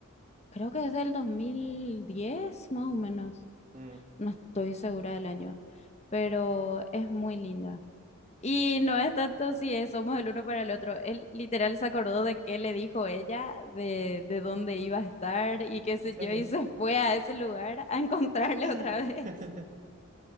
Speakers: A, on the left; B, on the right.
A: creo que es del 2010, más o menos.
B: Mm,
A: No estoy segura del año, pero es muy linda. Y no es tanto si es, somos el uno para el otro. Él literal se acordó de qué le dijo ella, de, de dónde iba a estar y qué sé
B: ¿En serio?
A: yo, y se fue a ese lugar a encontrarle
B: <laughs>
A: otra vez.